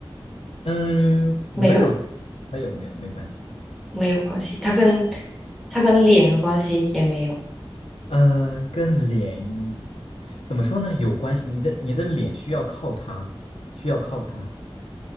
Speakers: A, on the left; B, in the centre.
A: 嗯，没有
B: 没有，
A: 没有没有，没关系。
B: 没有关系。它跟它跟脸有关系也没有。
A: 嗯，跟脸怎么说呢？有关系，你的你的脸需要靠它，需要靠它。